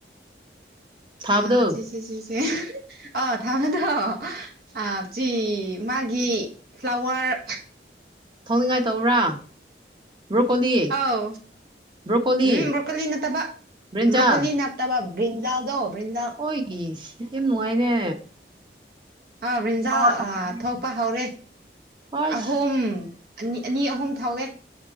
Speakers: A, on the right (about 25°); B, on the right (about 55°).
A: ꯊꯥꯕꯗꯣ
B: ꯑ ꯁꯤ ꯆ ꯆꯁꯤ ꯑ ꯊꯥꯝꯃꯦꯗꯣ ꯑ ꯆ <unintelligible> ꯃꯥꯒꯤ ꯐ꯭ꯂꯥꯋꯔ
A: ꯊꯧꯅꯤꯡꯉꯥꯏ ꯇꯧꯕ꯭ꯔꯥ ꯕ꯭ꯔꯣꯀꯣꯂꯤ
B: ꯑꯥꯎ
A: ꯕ꯭ꯔꯣꯀꯣꯂꯤ
B: ꯎꯝ ꯕ꯭ꯔꯣꯀꯣꯂꯤ ꯅꯠꯇꯕ
A: ꯕ꯭ꯔꯤꯟꯖꯥꯜ
B: ꯕ꯭ꯔꯣꯀꯣꯂꯤ ꯅꯠ ꯇꯕꯥ ꯕ꯭ꯔꯤꯟꯖꯜꯗꯣ ꯕ꯭ꯔꯤꯟꯖꯥꯜ
A: ꯑꯣꯏ <unintelligible> ꯌꯥꯝ ꯅꯨꯡꯉꯥꯏꯅꯦ
B: ꯑꯥ ꯕ꯭ꯔꯤꯟꯖꯥꯟ
A: ꯃꯋꯥ ꯊꯣꯛꯄꯗꯤ
B: ꯑꯥ ꯊꯣꯛꯄ ꯍꯧꯔꯦ
A: ꯑꯁ
B: ꯑꯍꯨꯝ ꯑꯅꯤ ꯑꯅꯤ ꯑꯍꯨꯝ ꯊꯥꯎꯋꯦ